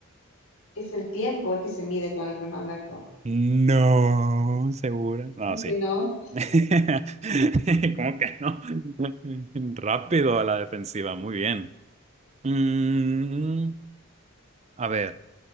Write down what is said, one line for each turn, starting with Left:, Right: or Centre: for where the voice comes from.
Left: Es el tiempo el que se mide con el cronómetro.
Right: No, segura. No,
Left: Aunque
Right: sí.
Left: no,
Right: <laughs> ¿Cómo que no? <laughs> Rápido a la defensiva, muy bien. Mm, a ver,